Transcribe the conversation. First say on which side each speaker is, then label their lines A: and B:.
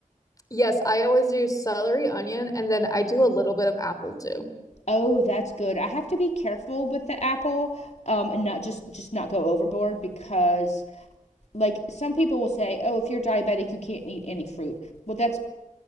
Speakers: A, on the left (about 25°); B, on the left (about 55°).
A: Yes, I always do celery, onion, and then I do a little bit of apple too.
B: Oh, that's good. I have to be careful with the apple, um, and not just just not go overboard because like some people will say, "Oh, if you're diabetic, you can't eat any fruit." Well, that's